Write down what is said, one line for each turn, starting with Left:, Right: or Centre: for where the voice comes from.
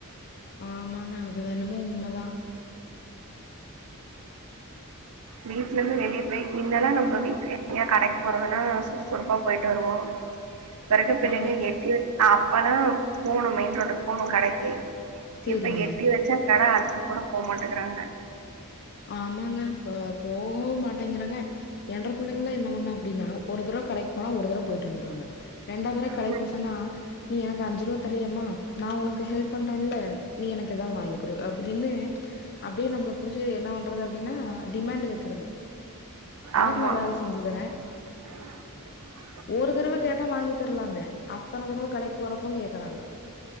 Left: ஆமாங்க அதுவென்னமோ உண்ம தா
Right: வீட்லந்து வெளிய பேய் மின்னெல்லா நம்ப வீட்ல எங்கையா‌ கடைக் போறதுன்னா சுறுசுறுப்பா போயிட்டு வருவோ இப்பருக்க பிள்ளைங்க
Left: ஆ
Right: எட்டி அப்பல்லா போணு மெயின் ரோட்டுக்கு போணு கடைக்கி
Left: சரிங்க.
Right: இப்ப எட்டி வெச்சா கட அதுக்கு கூட போமாட்டேங்குறாங்க
Left: ஆமாங்க இப்ப போவு மாட்டேங்கிறாங்க என்ற புள்ளைங்கல்லா என்ன பண்ணு அப்டின்னா ஒரு தரோ கடைக்கு போனா ஒரு தர போயிட்டு வந்துருவங்க ரெண்டாவத் தர கடைக்கு
Right: ம்
Left: போ சொன்னா நீ எனக்கு அஞ்சிருவா தரியமா நா உனக்கு ஹெல்ப் பண்றல்ல நீ எனக்கு ஏதாவது வாய்ங் குடு அப்டின்னு அப்டியே நம்ள புடிச் சு என்ன பண்றது அப்டின்னா டிமேண்ட்டு வெக்குறது உனக்கு
Right: ஆமா,
Left: நா வேல செஞ்சித்தர
Right: <inaudible>
Left: ஒரு தரவ கேட்டா வாங்கி தரலாங்க அத்தன தரவ கடைக்கு போறப்போங் கேக்கறாங்க